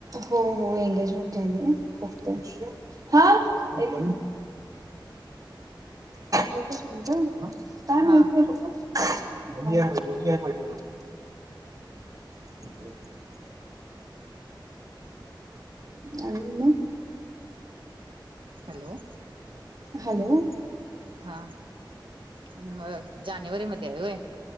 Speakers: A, on the right; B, on the right.
A: हो हो एंगेजमेंट झाली आहे फक्त हा एक एकच मिनिटं हा काय
B: हा
A: माहिती हो पप्पा. <unintelligible> <unintelligible> आणि मग
B: हॅलो.
A: हॅलो.
B: हा मग जानेवारी मध्ये आहे होय?